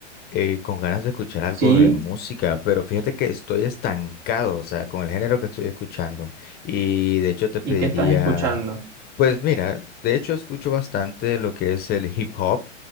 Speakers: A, on the left; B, on the right.
A: eh, con ganas de escuchar algo
B: Sí,
A: de música, pero fíjate que estoy estancado, o sea, con el género que estoy escuchando. Y de hecho te pediría,
B: ¿y qué estás escuchando?
A: pues mira, de hecho escucho bastante lo que es el hip hop.